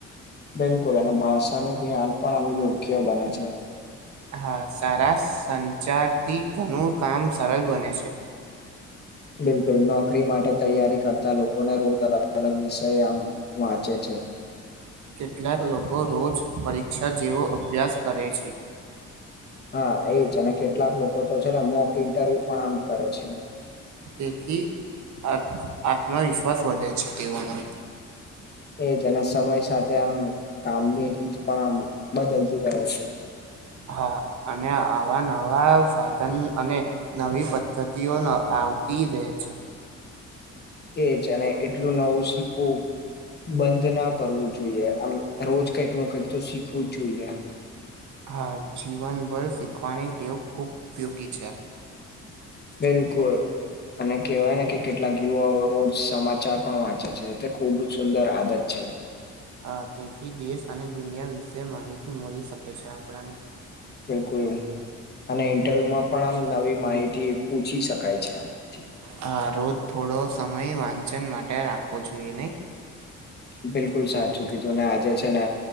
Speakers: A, on the left; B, on the right.
A: બિલકુલ અને ભાષાનું જ્ઞાન પણ આમ યોગ્ય બને છે.
B: હા સારા સંચારથી ઘણું કામ સરળ બને છે.
A: બિલકુલ નોકરી માટે તૈયારી કરતા લોકોને રોજ અલગ અલગ વિષય આમ વાંચે છે.
B: કેટલાક લોકો રોજ પરીક્ષા જેવો અભ્યાસ કરે છે.
A: હા એજ અને કેટલાક લોકો તો છે ને મોક ઇન્ટરવ્યુ પણ આમ કરે છે.
B: તેથી આત્મવિશ્વાસ વધે છે તેઓનો.
A: એજ અને સમય સાથે આમ કામની રીત પણ આમ બદલતી રહે છે.
B: હા અને આવા નવા સાધન અને નવી પદ્ધતિઓ આવતી રહે છે.
A: કેજ અને એટલું નવું શીખવું બંધ ના કરવું જોઈએ આમ રોજ કઈક ન કંઈક તો શીખવું જ જોઈએ.
B: હા જીવનભર શીખવાની ટેવ ખૂબ ઉપયોગી છે.
A: બિલકુલ અને કેવાય ને કે કેટલાક યુવાઓ રોજ સમાચાર પણ વાંચે છે ખુબ જ સુંદર આદત છે.
B: હા તેથી દેશ અને દુનિયા વિશે માહિતી મળી શકે છે આપણને
A: બિલકુલ અને ઇન્ટરવ્યુમાં પણ આમ નવી માહિતી પૂછી શકાય છે આપણાથી.
B: હા રોજ થોડો સમય વાંચન માટે રાખવો જોઈએ નહીં.
A: બિલકુલ સાચુંકી તું અને આજે છે ને